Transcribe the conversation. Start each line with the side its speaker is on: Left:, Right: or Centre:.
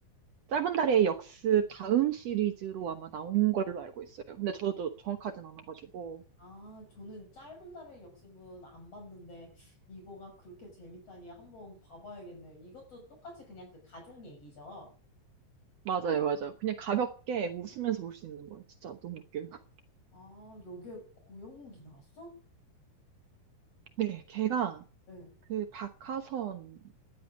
Right: 짧은 달의 역습 다음 시리즈로 아마 나온 걸로 알고 있어요. 근데 저도 정확하진 않아가지고.
Left: 아 저는 짧은 날의 역습은 안 봤는데 이거가 그렇게 재밌다니 한번 봐봐야겠네요. 이것도 똑같이 그냥 그 가족 얘기죠.
Right: 맞아요, 맞아요. 그냥 가볍게 웃으면서
Left: 어.
Right: 볼 수 있는 거예요. 진짜 너무 웃겨요. <laughs>
Left: 아 여기에 고영욱이 나왔어?
Right: 네, 걔가
Left: 네.
Right: 그 박하선